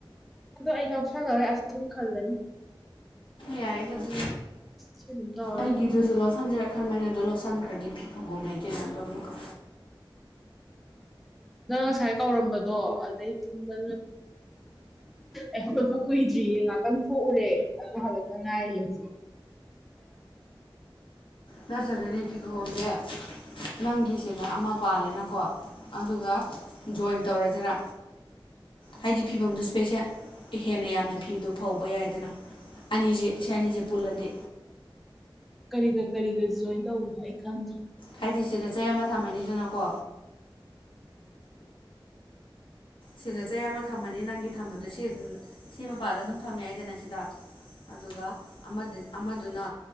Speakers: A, in the centre; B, on the left.
A: ꯑꯗꯣ ꯑꯩ ꯂꯧꯁꯂꯔꯦ ꯑꯁ ꯑꯗꯨꯝ ꯈꯜꯂꯅꯤ
B: ꯌꯥꯏꯗ ꯑꯗꯨ
A: ꯁꯤ ꯑꯗꯨꯝ ꯇꯧꯔꯅꯤ
B: ꯑꯩꯒꯤꯗꯨꯁꯨ ꯂꯧꯁꯟꯖꯔꯛꯈ꯭ꯔꯕꯅꯦ ꯑꯗꯣ ꯂꯧꯁꯟꯈ꯭ꯔꯗꯤ ꯐꯤ ꯐꯥꯎꯕꯝ ꯂꯩꯇꯦꯅ ꯑꯗꯣ ꯑꯃꯨꯛꯀꯣ
A: ꯅꯪ ꯉꯁꯥꯏ ꯀꯧꯔꯝꯕꯗꯣ ꯑꯗꯩ ꯊꯨꯝꯕ ꯑꯩ ꯍꯧꯗꯄ ꯀꯨꯏꯗ꯭ꯔꯤꯌꯦ ꯉꯥꯛꯇꯪ ꯊꯣꯛꯎꯔꯦ ꯑꯗꯨꯣ ꯍꯜꯗꯛ ꯥꯏ ꯍꯧꯖꯤꯇ
B: ꯅꯆꯒꯅꯦ ꯐꯤꯒꯣꯝꯗꯦ ꯅꯪꯒꯤꯁꯤꯗ ꯑꯃ ꯄꯥꯜꯂꯦꯅꯀꯣ ꯑꯗꯨꯒ ꯖꯣꯏꯟ ꯇꯧꯔꯁꯤꯔꯥ ꯍꯥꯏꯗꯤ ꯐꯤꯕꯝꯗꯨ ꯁꯄꯦꯁꯦ ꯍꯦꯟꯅ ꯌꯥꯝꯅ ꯐꯤꯕꯗꯣ ꯐꯧꯕ ꯌꯥꯏꯗꯅ ꯑꯅꯤꯖꯦ ꯁꯅꯤꯖꯦ ꯄꯨꯂꯗꯦ
A: ꯀꯔꯤꯒ ꯀꯔꯤꯒ ꯖꯣꯏꯟ ꯇꯧꯕꯅꯣ ꯑꯩ ꯈꯪꯗ꯭ꯔꯦ
B: ꯍꯥꯏꯗꯤ ꯁꯤꯗ ꯆꯩ ꯑꯃ ꯊꯝꯃꯅꯤꯗꯅꯀꯣ ꯁꯤꯗ ꯆꯩ ꯑꯃ ꯊꯝꯃꯅꯤ ꯅꯪꯒꯤ ꯊꯝꯕꯗꯣ ꯁꯤ ꯁꯤ ꯃꯄꯥꯗ ꯑꯗꯨꯝ ꯊꯝꯃꯦ ꯍꯥꯏꯗꯅ ꯁꯤꯗ ꯑꯗꯨꯒ ꯑꯃꯗꯨꯅ